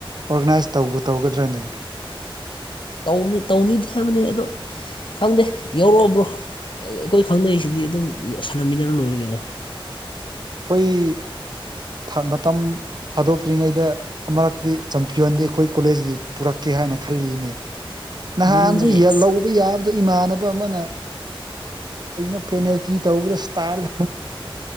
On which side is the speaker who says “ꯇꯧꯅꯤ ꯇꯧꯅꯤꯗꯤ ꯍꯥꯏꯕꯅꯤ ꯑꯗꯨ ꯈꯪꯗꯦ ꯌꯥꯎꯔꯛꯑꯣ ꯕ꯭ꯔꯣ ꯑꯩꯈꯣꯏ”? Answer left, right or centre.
Left